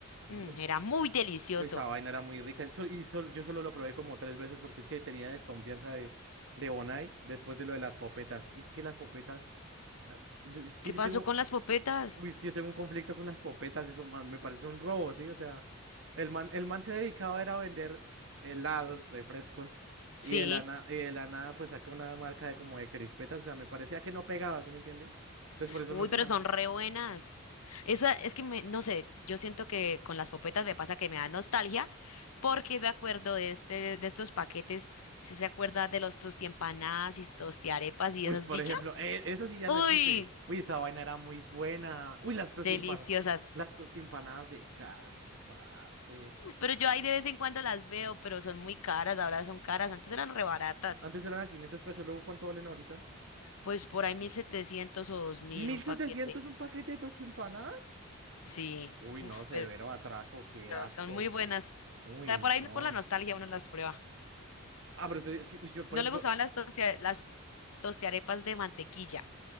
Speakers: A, on the right; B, on the left.
A: Yo...
B: Mm, era muy delicioso.
A: Uy, esa vaina era muy rica. Eso- Y sol- yo solo lo probé como tres veces porque es que tenía desconfianza de, de bonais después de lo de las popetas. Y es que las popetas. ah, yo- Es que
B: ¿Qué
A: yo
B: pasó
A: tengo.
B: con las popetas?
A: Uy, es que yo tengo un conflicto con las popetas, eso man, me parece un robo, ¿sí? O sea, el man, el man se dedicaba era a vender helados, refrescos,
B: Sí.
A: y de la, na- y de la nada pues saca una marca de como de crispetas, o sea, me parecía que no pegaba, ¿sí me entiende? Entonces por eso
B: Uy,
A: nunca...
B: pero son re buenas. Esa es que me, no sé, yo siento que con las popetas me pasa que me da nostalgia porque me acuerdo de este, de estos paquetes, si se acuerda de los tostiempanadas y tostiarepas y
A: Uy,
B: esas
A: por
B: bichas?
A: ejemplo, eh, eso sí ya
B: Uy,
A: no existe. Uy, esa vaina era muy buena. Uy, las tostempanadas,
B: deliciosas.
A: las tostempanadas de carne, parce.
B: Pero yo ahí de vez en cuando las veo, pero son muy caras, ahora son caras, antes eran re baratas.
A: Antes eran a 500 pesos, luego ¿cuánto valen ahorita?
B: Pues por ahí 1700 o 2000
A: mil
B: un paquete.
A: setecientos un paquete de tostempanadas?
B: Sí,
A: Uy,
B: uf,
A: no, severo
B: pero
A: atraco, qué
B: pero
A: asco.
B: son muy buenas.
A: Uy,
B: O sea,
A: no.
B: por ahí por la nostalgia uno las prueba.
A: Ah, pero usted, es que, uy, yo, por
B: No
A: ejemplo,
B: le gustaban las, tostia- las tostiarepas de mantequilla.